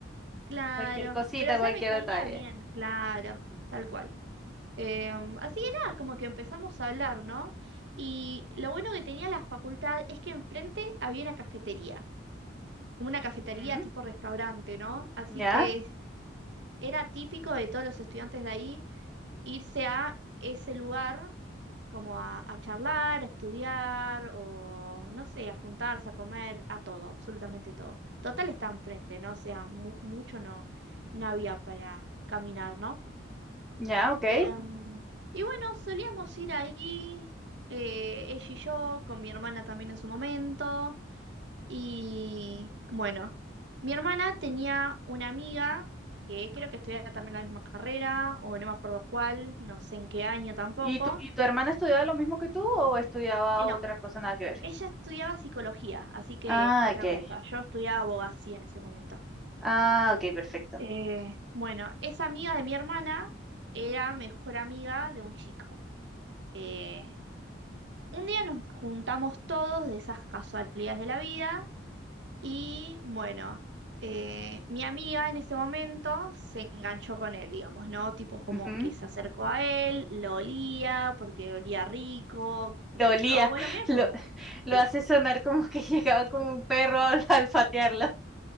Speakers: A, on the right (about 65°); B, in the centre.
A: claro,
B: cualquier cosita,
A: pero o sea,
B: cualquier
A: me caía
B: detalle.
A: bien, claro,
B: Mm.
A: tal cual. Em, así que nada, como que empezamos a hablar, ¿no? Y lo bueno que tenía la facultad es que enfrente había una cafetería, como una cafetería
B: Ujú,
A: tipo restaurante, ¿no? Así
B: Ya,
A: que era típico de todos los estudiantes de ahí irse a ese lugar como a, a charlar, a estudiar o, no sé, a juntarse, a comer, a todo, absolutamente todo. Total está enfrente, ¿no? O sea, mu- mucho no, no había para caminar, ¿no?
B: ya, ok.
A: Em, y bueno, solíamos ir ahí, eh, ella y yo, con mi hermana también en su momento. Y bueno, mi hermana tenía una amiga que creo que estudiaba también la misma carrera, o no me acuerdo cuál, no sé en qué año tampoco.
B: ¿Y tu, y tu hermana estudiaba lo mismo que tú o estudiaba
A: Eh,
B: otra
A: no,
B: cosa nada que ver?
A: ella estudiaba psicología, así que
B: Ah,
A: otra
B: ok.
A: cosa, yo estudiaba abogacía en ese momento.
B: Ah, ok, perfecto.
A: Eh, bueno, esa amiga de mi hermana era mejor amiga de un chico. Eh, Un día nos juntamos todos de esas casualidades de la vida y bueno, eh, mi amiga en ese momento se enganchó con él, digamos, ¿no? Tipo como
B: Ujú.
A: que se acercó a él, lo olía porque olía rico, qué
B: Lo
A: sé
B: olía,
A: yo. Bueno, medio
B: lo,
A: como que
B: lo
A: sí.
B: hace sonar como que <laughs> llegaba como un perro al alfatearlo.